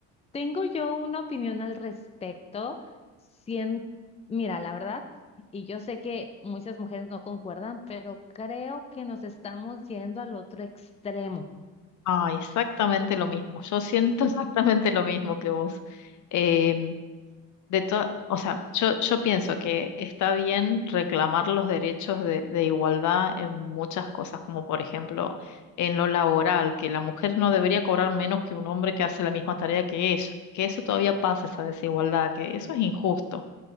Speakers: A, on the left; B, on the left.
A: tengo yo una opinión al respecto. Sien- Mira, la verdad, y yo sé que muchas mujeres no concuerdan, pero creo que nos estamos yendo al otro extremo.
B: Ah, exactamente lo mismo. Yo siento <laughs> exactamente lo mismo que vos. Em, de to- o sea, yo, yo pienso que está bien reclamar los derechos de, de igualdad en muchas cosas, como por ejemplo en lo laboral, que la mujer no debería cobrar menos que un hombre que hace la misma tarea que ella, que eso todavía pasa, esa desigualdad, que eso es injusto.